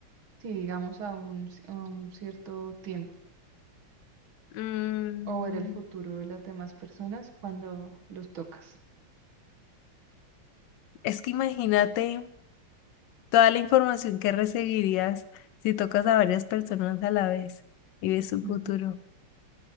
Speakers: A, on the right; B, on the left.
A: sí, digamos a un, ci- a un cierto tiempo,
B: Mm,
A: o ver el futuro de las demás personas cuando los tocas.
B: es que imagínate toda la información que recibirías si tocas a varias personas a la vez y ves su futuro.
A: Ujú.